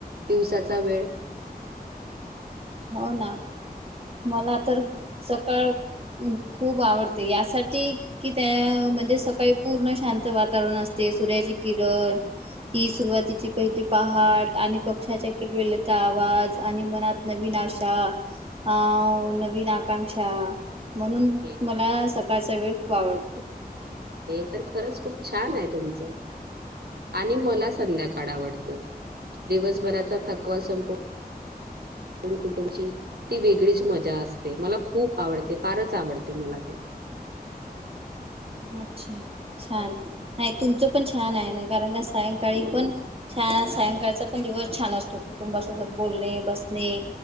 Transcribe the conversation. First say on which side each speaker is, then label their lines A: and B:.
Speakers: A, on the right (about 75°); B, on the right (about 35°).
A: दिवसाचा वेळ.
B: हो ना. मला तर सकाळ खूप आवडते यासाठी की ते म्हणजे सकाळी पूर्ण शांत वातावरण असते, सूर्याची किरण ती सुरुवातीची पाहिली पहाट आणि पक्षांचा किलबिलाटचा आवाज आणि मनात नवीन आशा आ नवीन आकांशा म्हणून
A: हे
B: मला सकाळचा वेळ खूप आवडतो.
A: हे तर खरंच खूप छान आहे तुमचं आणि मला संध्याकाड आवडते. दिवसभराचा थकवा संपतो. दोन कुटुंबची ती वेगळीच मजा असते. मला खूप आवडते, फारच आवडते मला ते.
B: अच्छा छान. नाही तुमचं पण छान आहे ना, कारण का सायंकाळी पण छान सायंकाळचा पण दिवस छान असतो कुटुंबासोबत बोलणे, बसणे.